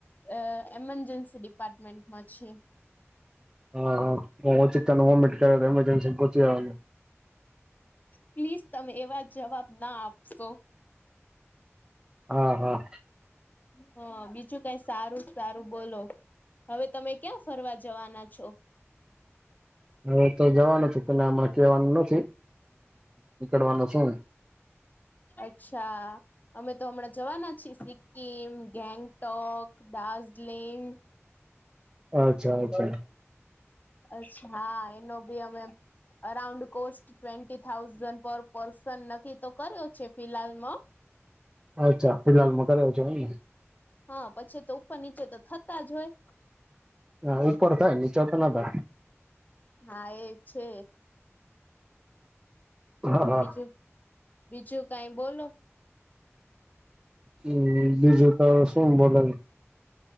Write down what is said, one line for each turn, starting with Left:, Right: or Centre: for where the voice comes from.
Left: અ એમરજન્સી ડિપાર્ટમેન્ટમાં છીએ.
Right: હા હા હ ઓછીક ત હમટ કર એમરજન્સી કોતીવા.
Left: પ્લીઝ તમે એવા જવાબ ના આપશો.
Right: હા હા.
Left: હ બીજું કઈ સારું સારું બોલો. હવે તમે ક્યાં ફરવા જવાના છો?
Right: હવે તો જવાનું છું પન આ હમણા કેવાનું નથી, નીકળવાનું છું.
Left: અચ્છા અમે તો અમણાં જવાના છીએ સિક્કિમ, ગેંગ ટોક, દાર્જલિંગ.
Right: અચ્છા અચ્છા
Left: અચ્છા હા એનો ભી અમે. અરાઉન્ડ કોસ્ટ ટ્વેન્ટી થાઉઝન્ડ પર પર્સન નક્કી તો કર્યો છે ફિહાલમાં.
Right: અચ્છા ફિલહાલમાં કરયો છો એમ ને.
Left: હા પછી તો ઉપર નીચે તો થતા જ હોય.
Right: હા ઉપર થાય નીચા તો ના થાય.
Left: હા એ છે.
Right: હા હા
Left: બીજું બીજું કાઈ બોલો.
Right: હું બીજું તો શું બોલે.